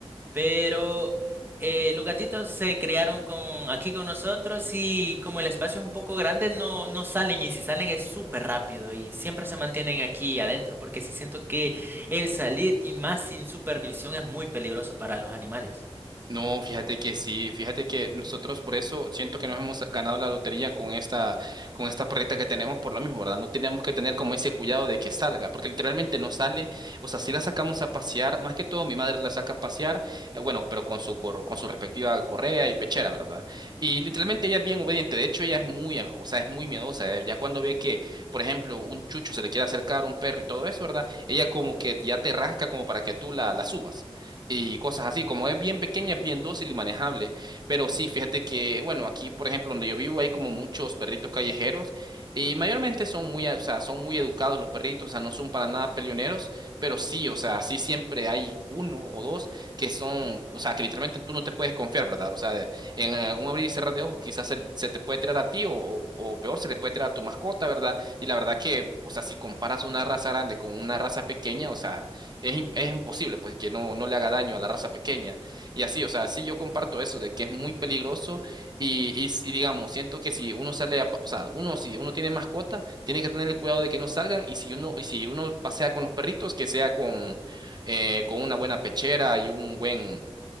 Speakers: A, on the right; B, on the right.
A: Pero eh, los gatitos se criaron con, aquí con nosotros y como el espacio es un poco grande, no, no salen y si salen es súper rápido y siempre se mantienen aquí adentro porque sí siento que el salir y más sin supervisión es muy peligroso para los animales.
B: No, fíjate que sí, fíjate que nosotros por eso siento que nos hemos ganado la lotería con esta, con esta perrita que tenemos por lo mismo, ¿verdad? No tenemos que tener como ese cuidado de que salga, porque literalmente no sale, o sea, si la sacamos a pasear, más que todo mi madre la saca a pasear, eh, bueno, pero con su, cor- con su respectiva correa y pechera, ¿verdad? Y literalmente ella es bien obediente, de hecho ella es muy, am- o sea, es muy miedosa, eh, Ya cuando ve que, por ejemplo, un chucho se le quiere acercar a un perro y todo eso, ¿verdad? Ella como que ya te rasca como para que tú la, la subas y cosas así. Como es bien pequeña, es bien dócil y manejable. Pero sí, fíjate que, bueno, aquí, por ejemplo, donde yo vivo hay como muchos perritos callejeros y mayormente son muy, o sea, son muy educados los perritos, o sea, no son para nada peleoneros, pero sí, o sea, sí siempre hay uno o dos que son, o sea, que literalmente tú no te puedes confiar, ¿verdad? O sea, en eh, un abrir y cerrar de ojos quizás se, se te puede tirar a ti o, o, o peor, se le puede tirar a tu mascota, ¿verdad? Y la verdad que, o sea, si comparas una raza grande con una raza pequeña, o sea, es, im- es imposible, pues, que no, no le haga daño a la raza pequeña. Y así, o sea, sí yo comparto eso de que es muy peligroso y, y, si, digamos, siento que si uno sale, a pa- o sea, uno, si uno tiene mascota, tiene que tener el cuidado de que no salgan y si uno, y si uno pasea con los perritos, que sea con, eh, con una buena pechera y un buen...